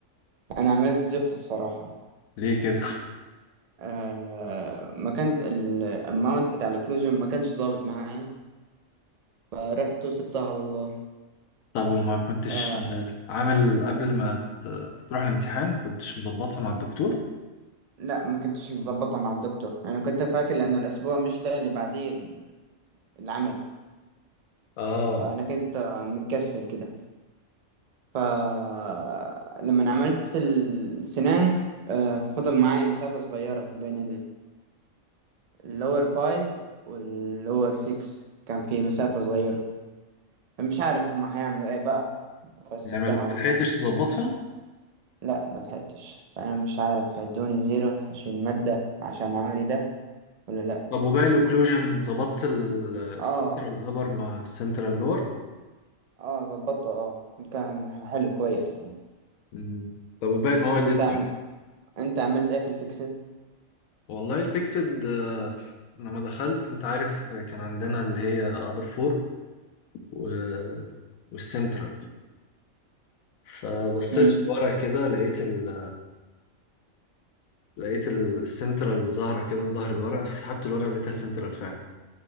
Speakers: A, on the right; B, on the left.
A: انا عملت زفت الصراحه
B: ليه كده <laughs>
A: آه... ما كان الاماونت بتاع الكلوجن ما كانش ظابط معايا فرحت وسبتها على الله
B: طب وما كنتش
A: آه...
B: آه، عامل قبل ما ت- تروح الامتحان كنتش مظبطها مع الدكتور
A: لا ما كنتش مظبطها مع الدكتور انا كنت فاكر لانه الاسبوع مش ده اللي بعديه العملي
B: اه
A: فانا كنت آه، متكسل كده فلما عملت السنان آه، فضل معايا مسافة صغيرة بين اللور فايف واللور سيكس كان في مسافة صغيرة مش عارف هما هيعملوا ايه بقى فسبتها
B: يعني ما ما
A: على
B: لحقتش
A: الله
B: تظبطهم
A: لا ملحقتش فأنا مش عارف هيدوني زيرو هشيل مادة عشان عملي ده ولا لأ
B: طب وباقي الاوكلوجن ظبطت ال- السنترال
A: اه
B: ابر مع السنترال لور
A: اه ظبطته اه كان حلو كويس يعني
B: مم. طب وباقي المواد
A: وانت
B: ايه الدنيا؟
A: انت عملت ايه في الفيكسد؟
B: والله الفيكسد آه، لما دخلت انت عارف كان عندنا اللي هي ابر فور و... والسنترال فبصيت
A: امم
B: في الورق كده لقيت ال... لقيت ال- السنترال ظاهرة كده في ظهر الورقة فسحبت الورقة لقيتها سنترال فعلا